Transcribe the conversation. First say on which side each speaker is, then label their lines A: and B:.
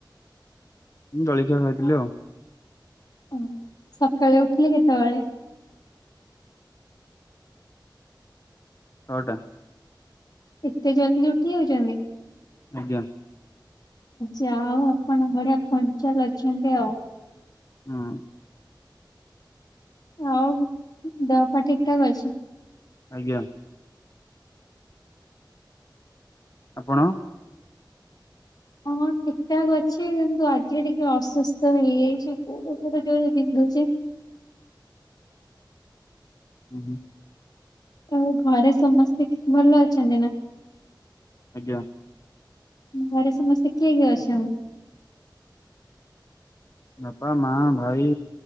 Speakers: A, on the left; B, on the left.
A: ମୁଁ ଜଳିଖିଆ ଖାଇଥିଲି ଆଉ।
B: ଓ ସଖାଳେ ଉଠିଲେ କେତେବେଳେ?
A: ଛଅଟା।
B: ଏତେ ଜଲଦି ଉଠି ଯାଉଚନ୍ତି?
A: ଆଜ୍ଞା।
B: ଯା ହଉ ଆପଣ ବଢିଆ ପଞ୍ଚାଲ୍ ଅଛନ୍ତି ଆଉ।
A: ହଁ।
B: ଆଉ ଦେହ ପା ଠିକ୍ ଠାକ୍ ଅଛି?
A: ଆଜ୍ଞା। ଆପଣ?
B: ହଁ ଠିକ୍ ଠାକ୍ ଅଛି କିନ୍ତୁ ଆଜିରେ ଟିକେ ଅସୁସ୍ଥ ହେଇଯାଇଚି ଗୋଡ ପୁରା ଜୋରେ ବିନ୍ଧୁଚି।
A: ଉଁ ହୁଁ।
B: ଆ ଘରେ ସମସ୍ତେ ଠି ଭଲ ଅଛନ୍ତି ନା?
A: ଆଜ୍ଞା।
B: ଘରେ ସମସ୍ତେ କିଏ କିଏ ଅଛନ୍ତି?
A: ବାପା, ମା, ଭାଇ,